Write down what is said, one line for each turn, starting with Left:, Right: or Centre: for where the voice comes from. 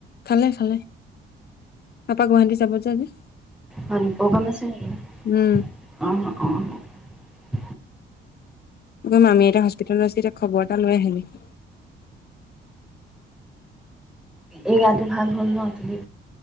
Left: খালে খালে, পাপা গুৱাহাটী যাব যে আজি
Centre: হয় নি প্ৰগ্ৰেম আছে ন
Left: উম,
Centre: অ অ
Left: ক মামি এটা হস্পিতোলত আছ এতিয়া খবৰ এটা লৈ আহিলেকি
Centre: এই গাতে ভাল হ'ল ন তদি